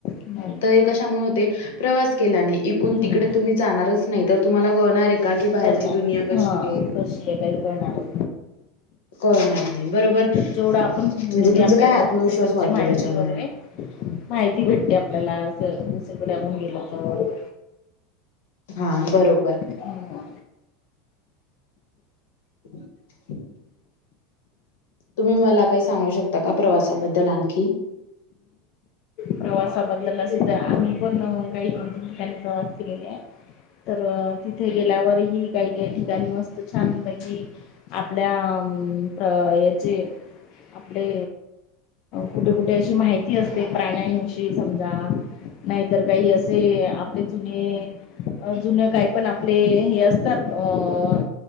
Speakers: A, on the left; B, on the left.
A: हम्म
B: तर हे कशामुळे होते, प्रवास केल्याने इकुण
A: हम्म
B: तिकडे तुम्ही जाणारच नाही, तर तुम्हाला कळणार आहे का, का कि बाहेरची
A: करणार
B: दुनिया कशी
A: हा
B: आहे,
A: कशी आहे काही करणारच
B: कळणार नाही, बरोबर
A: जेवढं आपण फिरू
B: म्हणजे
A: तेवढी
B: तुमचा
A: आपल्याला
B: काय आत्मविश्वास
A: दुसरीकडची
B: वाढतो
A: माहिती
B: त्याच्यामुळे.
A: वगैरे, माहिती भेटते आपल्याला दुसरीकडे आपण गेलो तर,
B: हा बरोबर,
A: हम्म.
B: <inaudible> तुम्ही मला काही सांगू शकता का? प्रवासाबद्दल आणखी,
A: प्रवासाबदललास तर आम्ही पण अ काही दोन तीन ठिकाणी प्रवास केलेले आहे, तर तिथे गेल्यावर ही काही, काही ठिकाणी वस्त छान पैकी आपल्या, हम्म अ यचे, आपले कुठे कुठे अशी माहिती असते प्राण्यां समजा नाही तर काही असे आपले जुने अ जुन काही पण आपले हे असतात अ